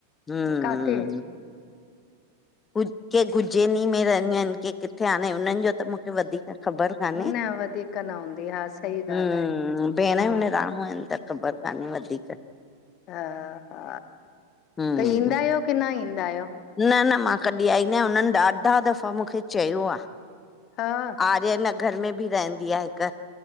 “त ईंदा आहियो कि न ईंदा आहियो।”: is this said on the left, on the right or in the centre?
Left